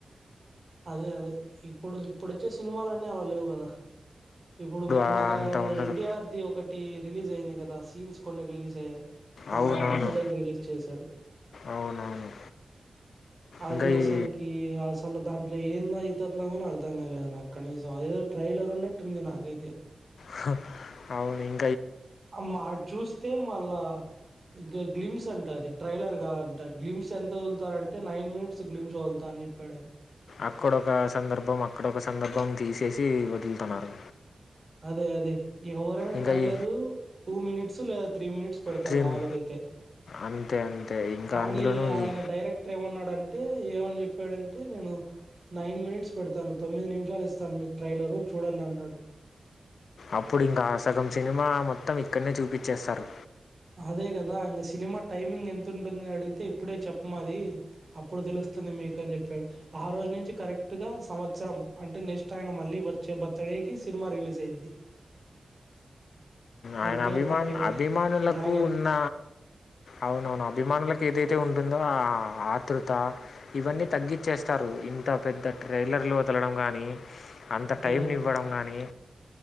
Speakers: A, on the right (about 45°); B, on the left (about 80°).
A: అదే అదే ఇప్పుడు ఇప్పుడు వచ్చే సినిమాలన్నీ అలా లేవు కదా ఇప్పుడు మొన్న
B: ఆ
A: ఒక
B: అంత ఉండదు.
A: ఎన్టీఆర్దిి ఒకటి రిలీజ్ అయింది కదా సీన్స్ కొన్ని రిలీజ్ అయ్యాయి మొన్న
B: అవునవును.
A: ఆయన బర్త్డేకి రిలీజ్ చేశారు
B: అవునవును.
A: అది
B: ఇంకా
A: అసలుకి
B: ఈ
A: సల్దా ఇట్లా ఏంన్నా అవుతున్నాకు అర్థం కాలేదు నాకు కనీసం అదేదో ట్రైలర్ ఉన్నట్టు ఉంది నాకైతే తే
B: హా అవును ఇం
A: మా చూస్తే మళ్ళా ఇ గ్లిమ్స్ అంట అది ట్రైలర్ గాదంట గ్లిమ్స్ ఎంత వదులుతారంటే నైన్ మినిట్స్ గ్లిమ్స్ వదులుతా అని చెప్పాడయన
B: అక్కడొక సందర్భం అక్కడొక సందర్భం తీసేసి వదులుతున్నారు
A: అదే అదే ఎవరైనా
B: ఇంకా
A: ట్రైలరూ
B: ఈ
A: టూ మినిట్స్ లేదా త్రీ మినిట్స్ పెడతారు.
B: 'ట్రిమ్'
A: మాముూలుగా అయితే
B: అంతే అంతే. ఇంకా
A: కానీ
B: అందులోనూ
A: ఆయన
B: ఈ
A: డైరెక్టర్ ఏమన్నాడంటే ఏమ ఏం చెప్పాడంటే నేను నైన్ మినిట్స్ పెడతాను తొమ్మిది నిమిషాలు ఇస్తాను మీకు ట్రైలరు చూడండి అన్నాడు
B: అప్పుడు ఇంక ఆ సగం సినిమా మొత్తం ఇక్కడ్డ్నె చూపిచ్ఛేస్తారు.
A: అదే గదా ఇంక సినిమా టైమింగ్ ఎంత ఉంటుంది అని అడిగితే ఇప్పుడే చెప్పమది అప్పుడు తెలుస్తుంది మీకు అని చెప్పాడు. ఆ రోజు నుంచి కరెక్ట్గా సంవత్సరం అంటే నెక్స్ట్ ఆయన మళ్ళీ వచ్చే బర్తడేకి సినిమా రిలీజ్ అయిద్ది
B: ఆయన
A: ఎన్టీఆర్
B: అభిమాన్
A: థర్టీ వన్
B: అభిమాన్ నులకు
A: డ్రాగన్
B: ఉన్న అవునవును అభిమానులకి ఏదైతే ఉంటుందో ఆ ఆతృత ఇవన్నీ తగ్గించేస్తారు ఇంత పెద్ద ట్రైలర్లో వదలడం గానీ అంత
A: అదే
B: టైంని
A: అదే
B: ఇవ్వడం గానీ